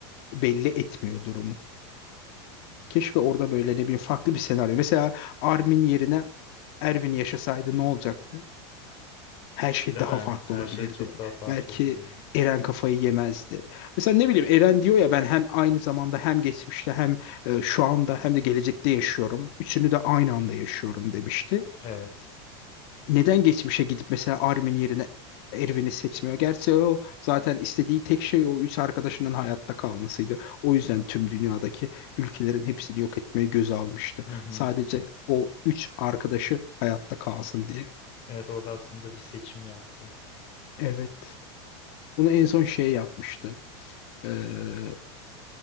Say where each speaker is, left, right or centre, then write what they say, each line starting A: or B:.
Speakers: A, on the left; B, on the left.
A: belli etmiyor durumu. Keşke orada böyle ne bileyim farklı bir senaryo. Mesela Armin yerine Erwin yaşasaydı ne olacaktı? Her şey
B: Değil
A: daha
B: mi?
A: farklı
B: Her
A: olabilirdi.
B: şey çok daha farklı
A: Belki
B: olabilirdi.
A: Eren kafayı yemezdi. Mesela ne bileyim Eren diyor ya ben hem aynı zamanda hem geçmişte hem e, şu anda hem de gelecekte yaşıyorum. Üçünü de aynı anda yaşıyorum demişti.
B: Evet.
A: Neden geçmişe gidip mesela Armin yerine Erwin'i seçmiyor? Gerçi o zaten istediği tek şey o üç arkadaşının hayatta kalmasıydı. O yüzden tüm dünyadaki ülkelerin hepsini yok etmeyi göze almıştı.
B: Hı hı.
A: Sadece o üç arkadaşı hayatta kalsın diye.
B: Evet orada aslında bir seçim yaptı.
A: Evet. Bunu en son şey yapmıştı. Ee,